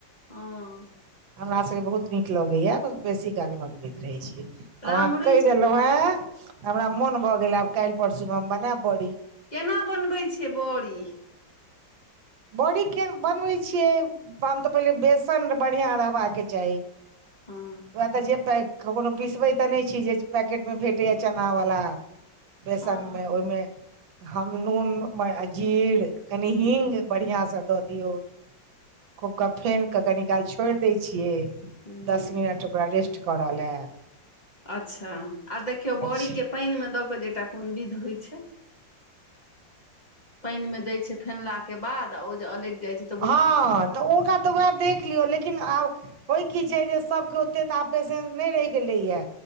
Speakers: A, on the left (about 25°); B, on the right (about 85°).
A: हँ। <unintelligible> <unintelligible> <unintelligible>
B: हमरा सभके बहुत नीक लगैया तऽ बेसी काल बनबैत रहै छीयै।
A: रामरुच। <unintelligible>
B: कहि देलहुं हे हमरा मोन भऽ गेल आब काल्हि परसू मे हम बनैब बड़ी।
A: केना बनबै छियै बड़ी।
B: बड़ी के बनबैत छियै हम तऽ पहिले बेसन बढ़िआँ रहबाक चाही।
A: हँ
B: ओ तऽ जे ककरो पिसबै तऽ नहि छी जे पैकेटमे भेटैया चना वाला‌ बेसनमे
A: हँ
B: ओहिमे हम नून अ जीर कनि हिंग बढ़ियां से दऽ दियौ खूब क फेनके कनी काल छोड़ि दै छियै।
A: हूँ
B: दस मिनट ओकरा रेस्ट करऽ ल।
A: अच्छा आ देखियौ बड़ीके
B: छै
A: पानिमे दऽ कऽ जे एकटा कोन विध होइत छै। पानि मे दय छैय फेनलाके बाद आ ओ जे अलैग जाइ छैय।
B: हँ तऽ ओकरा तऽ उएह देख लियौ लेकिन आब होइ की छैय जे सभके ओते तऽ आब पेशेंस नहि रहि गेलैए।